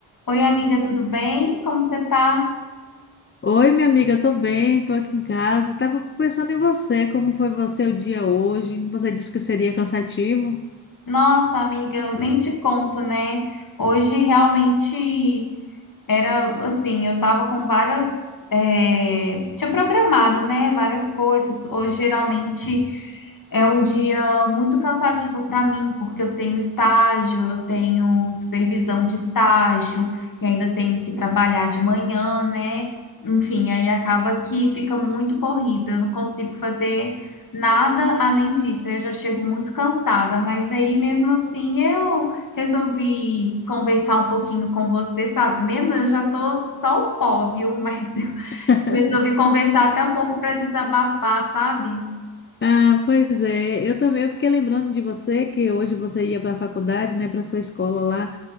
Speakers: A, on the left; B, on the left.
A: Oi, amiga, tudo bem? Como você tá?
B: Oi, minha amiga, tô bem, tô aqui em casa. Tava pensando em você, como foi você o dia hoje? Você disse que seria cansativo.
A: Nossa, amiga, eu nem te conto, né? Hoje realmente. Era assim, eu tava com várias. é, tinha programado, né? Várias coisas. Hoje, geralmente, é um dia muito cansativo para mim, porque eu tenho estágio, eu tenho supervisão de estágio, e ainda tenho que trabalhar de manhã, né? Enfim, aí acaba que fica muito corrido. Eu não consigo fazer nada além disso. Eu já chego muito cansada, mas aí mesmo assim eu resolvi conversar um pouquinho com você, sabe? Mesmo eu já tô só o pó, viu? Mas <laughs> eu
B: <laughs>
A: resolvi conversar até um pouco para desabafar, sabe?
B: Ah, pois é. Eu também, eu fiquei lembrando de você que hoje você ia para a faculdade, né, para sua escola lá.